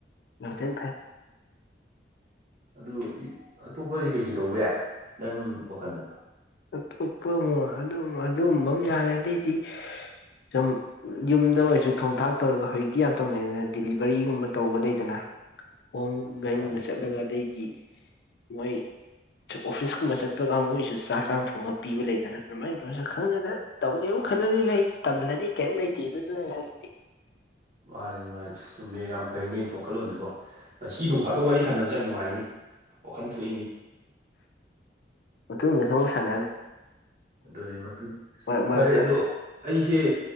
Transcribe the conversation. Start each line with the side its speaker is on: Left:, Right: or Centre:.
Left: ꯌꯥꯝ ꯊꯤ ꯐꯩ
Right: <inaudible> ꯑꯗꯨ ꯑꯇꯣꯞꯄꯗꯤ ꯀꯩꯀꯩ ꯇꯧꯕ ꯌꯥꯏ ꯅꯪ ꯋꯥꯈꯜꯗ
Left: ꯑꯇꯣꯞꯄ ꯑꯃ ꯑꯗꯨꯒꯨꯝꯕ ꯑꯃ ꯌꯥꯔꯦ ꯑꯗꯩꯗꯤ ꯁꯨꯝ ꯌꯨꯝꯗ ꯑꯣꯏꯁꯨ ꯊꯣꯡ ꯊꯥꯛ ꯇꯧꯔꯒ ꯍꯧꯖꯤꯛꯇꯤ ꯌꯥꯝ ꯇꯧꯅꯩꯗꯅ ꯗꯤꯂꯤꯚꯔꯤꯒꯨꯝꯕ ꯇꯧꯕ ꯂꯩꯗꯅ ꯍꯣꯡ ꯂꯌꯤꯡꯕ
Right: ꯃꯥꯅꯤ
Left: ꯆꯠꯂꯒ ꯑꯗꯩ ꯗꯤ ꯃꯣꯏ ꯑꯣꯐꯤꯁ ꯀꯨꯝꯕ ꯆꯠꯄ ꯀꯥꯡꯕꯨꯒꯤ ꯃꯣꯏꯁꯨ ꯆꯥꯛ ꯆꯥꯡ ꯊꯣꯡꯉ ꯄꯤꯕ ꯂꯩꯗꯅ ꯑꯗꯨꯃꯥꯏꯅ ꯇꯧꯔꯁꯨ ꯈꯪꯗꯦꯗꯅ ꯇꯧꯒꯦꯕꯨ ꯈꯜꯂꯗꯤ ꯂꯩ ꯇꯜꯂꯗꯤ ꯀꯩꯝ ꯂꯩꯇꯦ ꯑꯗꯨ ꯂꯩ ꯍꯥꯏꯗꯤ
Right: ꯃꯥꯅꯤ ꯃꯥꯅꯤ ꯆꯨꯝꯃꯦ ꯌꯥꯝ ꯐꯩꯅꯦ ꯋꯥꯈꯜꯂꯣꯟꯗꯤꯀꯣ ꯉꯁꯤ ꯅꯣꯡꯐꯥꯗꯣꯛ ꯋꯥꯔꯤ ꯁꯥꯟꯅꯕꯁꯦ ꯌꯥꯝ ꯅꯨꯡꯉꯥꯏꯅꯦ ꯋꯥꯈꯟ ꯊꯣꯛꯏꯅꯦ
Left: ꯃꯇꯨꯡꯗꯁꯨ ꯑꯃꯨꯛ ꯁꯥꯟ
Right: ꯑꯗꯨꯅꯦ ꯃꯇꯨꯡ
Left: ꯃꯔꯛ ꯃꯔꯛꯇ
Right: ꯐꯔꯦ ꯑꯗꯣ ꯑꯩꯁꯦ